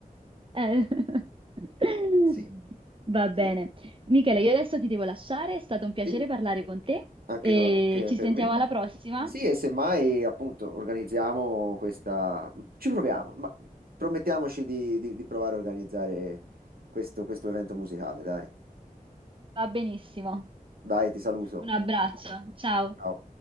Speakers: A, on the right (about 35°); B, on the right (about 80°).
A: Eh. <laughs>
B: Sì,
A: Va bene.
B: eh,
A: Michele, io adesso ti devo lasciare, è stato un piacere
B: sì,
A: parlare con te
B: anche,
A: e
B: anche
A: ci
B: per
A: sentiamo
B: me.
A: alla prossima.
B: Sì, e semmai appunto organizziamo questa... Ci proviamo, ma promettiamoci di, di- di provare a organizzare questo, questo evento musicale, dai.
A: Va benissimo.
B: Dai, ti saluto.
A: Un abbraccio, ciao.
B: Ciao.